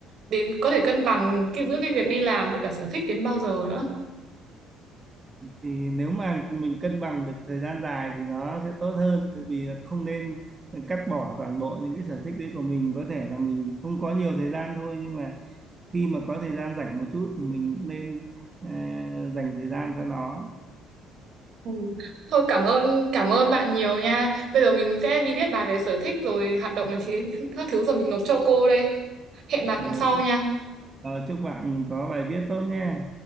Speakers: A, on the right; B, on the right.
A: đến có thể cân bằng cái giữa cái việc đi làm với cả sở thích đến bao giờ nữa.
B: thì nếu mà mình cân bằng được thời gian dài thì nó sẽ tốt hơn tự vì là không nên cắt bỏ toàn bộ những cái sở thích đấy của mình có thể là mình không có nhiều thời gian thôi nhưng mà khi mà có thời gian rảnh một chút thì mình nên ờ, dành thời gian cho nó
A: Ừ. Thôi cảm ơn cảm ơn bạn nhiều nha. Bây giờ mình sẽ đi viết bài về sở thích rồi hoạt động này các thứ rồi mình nộp cho cô đây. hẹn bạn
B: rồi,
A: sau nha
B: rồi chúc bạn có bài viết tốt nhé